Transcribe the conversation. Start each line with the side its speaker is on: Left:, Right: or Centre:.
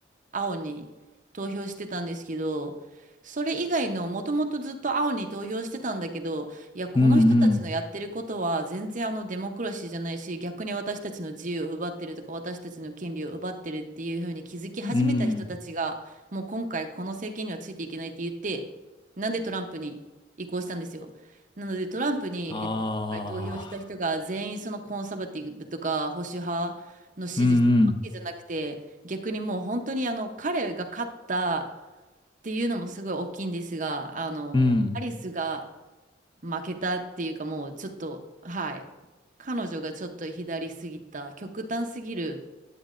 Right: 青に投票してたんですけど、それ以外のもともとずっと青に投票してたんだけど、いや、この人たちのやってることは全然あのデモクラシーじゃないし、
Left: うんうん。
Right: 逆に私たちの自由を奪ってるとか、私たちの権利を奪ってるっていうふうに気づき始めた人たちが、
Left: うん。
Right: もう今回この政権にはついていけないって言って、なんでトランプに移行したんですよ。なのでトランプに、
Left: ああ。
Right: えっと、今回投票した人が全員そのコンサバティブとか保守派の支持したわけじゃなくて、
Left: うんうん。
Right: 逆にもう本当にあの彼が勝ったっていうのもすごい大きいんですが、あの、
Left: うん。
Right: アリスが負けたっていうかもうちょっと、はい、彼女がちょっと左すぎた、極端すぎる、